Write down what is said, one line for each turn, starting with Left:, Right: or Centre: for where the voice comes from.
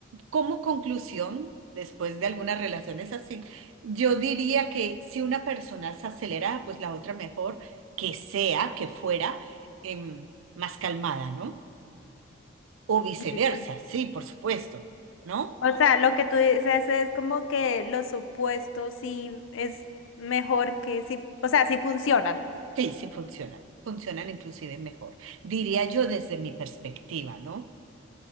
Right: como conclusión, después de algunas relaciones así, yo diría que si una persona es acelerada, pues la otra mejor que sea, que fuera em, más calmada, ¿no? O viceversa,
Left: Sí, sí.
Right: sí, por supuesto, ¿no?
Left: O sea, lo que tú dices es como que los opuestos sí es mejor que si, o sea, sí funcionan.
Right: Sí, sí funcionan, funcionan inclusive mejor, diría yo desde mi perspectiva, ¿no?